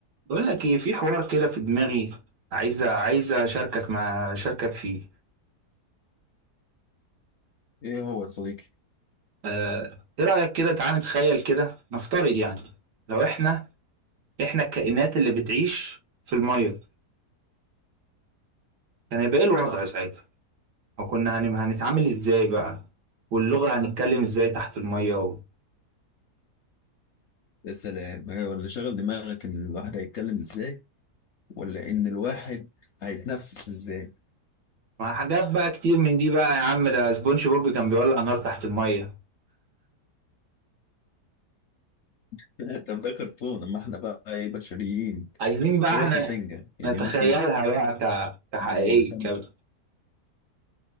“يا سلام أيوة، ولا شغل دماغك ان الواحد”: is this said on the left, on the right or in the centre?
Left